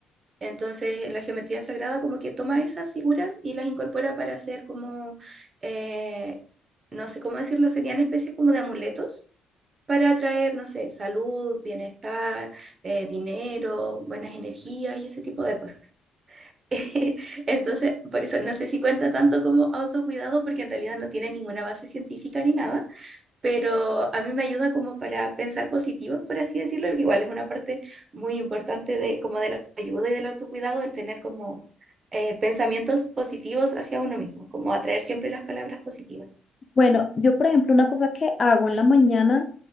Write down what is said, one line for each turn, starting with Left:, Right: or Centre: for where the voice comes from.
Right: Entonces, la geometría sagrada como que toma esas figuras y las incorpora para hacer como, eh, no sé cómo decirlo, serían especies como de amuletos para atraer, no sé, salud, bienestar, eh, dinero, buenas energías y ese tipo de cosas. <laughs> Entonces, por eso no sé si cuenta tanto como autocuidado, porque en realidad no tiene ninguna base científica ni nada, pero a mí me ayuda como para pensar positivo, por así decirlo, que igual es una parte muy importante de como de la ayuda y del autocuidado, el tener como eh, pensamientos positivos hacia uno mismo, como atraer siempre las palabras positivas.
Left: Bueno, yo, por ejemplo, una cosa que hago en la mañana